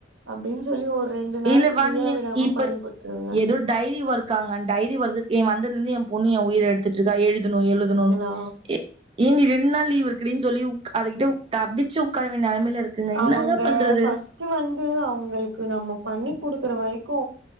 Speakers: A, on the right; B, on the right.
A: அப்டின் சொல்லி ஒரு ரெண் டு நாள்
B: இல்ல
A: ஃப்ரீயா
B: வா நீயே
A: விடாம
B: இப்ப
A: பண்ணி குடுதுருங்க
B: ஏதோ டைரி ஒர்க்காங்க டைரி ஒர்க்குக் ஏ வந்தலந்து ஏ பொண்ணு ஏ உயிர எடுத்திட்ருக்கா எழுது ணு எழுதுணுன்
A: சரிங்களா
B: எ ஏ நீ ரெண்டு நாள் லீவ் இருக்குடின் சொல்லி உக் அது கிட்ட தப்பிச்சி உக்கார வேண்டிய நெலமைல இருக் குங்க என்னாங்க
A: அவங்க
B: பண்றது
A: ஃபர்ஸ்ட் வந்து அவுங்ளுக்கு நம்ம பண்ணி குடுக்குற வரைக்கு